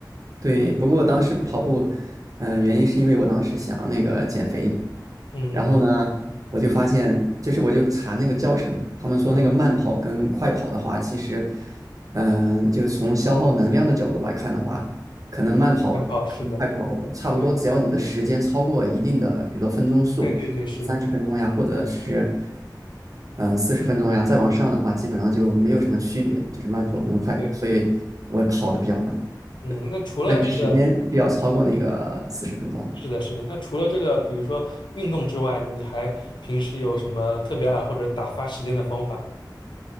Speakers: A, on the right (about 50°); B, on the left (about 85°).
A: 对，不过我当时。跑。嗯、原因是因为我当时想那个减肥，
B: 嗯嗯，
A: 然后呢，我就发现，就是我就查那个教程嘛，他们说那个慢跑跟快跑的话，
B: 然后
A: 其实，嗯、就是从消耗能量的角度来看的话，可能慢跑跟快跑差不多，
B: 慢跑是的，对
A: 只要你的时间超过一定的，比如说分钟数，
B: 对对对，是的，
A: 三十分钟呀，或者是呃四十分钟呀，再往上的话，
B: 嗯
A: 基本上就没有什么区别，就是慢跑跟快跑，
B: 嗯对，
A: 所以我跑的比较慢，
B: 嗯，那除了这个。
A: 但是时间是要超过那个四十分钟的。
B: 是的，是的。那除了这个，比如说运动之外，你还平时有什么特别爱或者打发时间的方法？